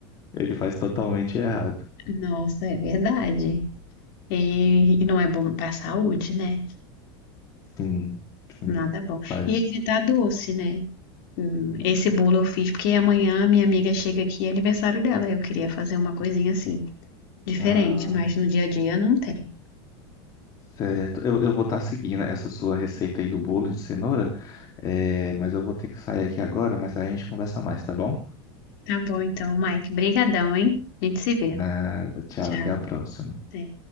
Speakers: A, on the left; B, on the left.
A: Ele faz totalmente errado.
B: Nossa, é verdade. E, e não é bom para a saúde, né?
A: Sim, sim,
B: Nada bom.
A: faz.
B: E evitar doce, né? Hum, Esse bolo eu fiz porque amanhã minha amiga chega aqui, é aniversário dela. Eu queria fazer uma coisinha assim, diferente,
A: Ah,
B: mas no dia a dia não tem.
A: certo. Eu, eu vou estar seguindo essa sua receita aí do bolo de cenoura, é, mas eu vou ter que sair aqui agora, mas aí a gente conversa mais, tá bom?
B: Tá bom, então, Mike, brigadão, hein? A gente se vê.
A: Nada, tchau,
B: Tchau.
A: até a próxima.
B: Até.